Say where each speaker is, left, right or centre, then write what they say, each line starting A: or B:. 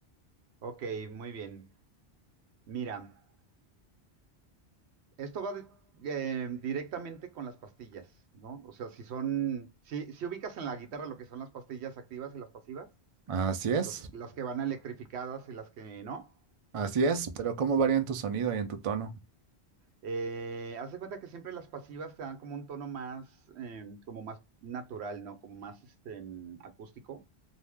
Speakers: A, on the right; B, on the right.
A: Ok, muy bien. Mira, esto va de- eh, directamente con las pastillas, ¿no? O sea, si son, si, si ubicas en la guitarra lo que son las pastillas activas y las pasivas,
B: Así es,
A: las, las que van electrificadas y las que no.
B: así es, pero ¿cómo varían tu sonido y en tu tono?
A: Eh, haz de cuenta que siempre las pasivas te dan como un tono más, eh, como más natural, ¿no? Como más este, mm, acústico,